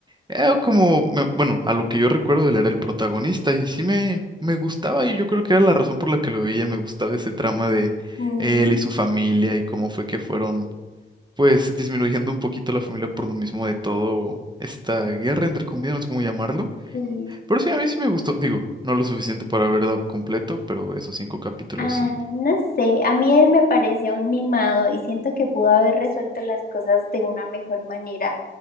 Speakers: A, on the right (about 20°); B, on the left (about 50°).
A: eh, como, me- bueno, a lo que yo recuerdo él era el protagonista y sí me, me gustaba y yo creo que era la razón por la que lo veía, me gustaba ese trama de
B: Mm,
A: él y su familia y cómo fue que fueron, pues, disminuyendo un poquito la familia por lo mismo de todo esta guerra, entre comillas, no sé cómo llamarlo.
B: sí.
A: Pero sí, a mí sí me gustó. Digo, no lo suficiente para verlo completo, pero esos cinco capítulos
B: Ah,
A: sí.
B: no sé, a mí él me parecía un mimado y siento que pudo haber resuelto las cosas de una mejor manera.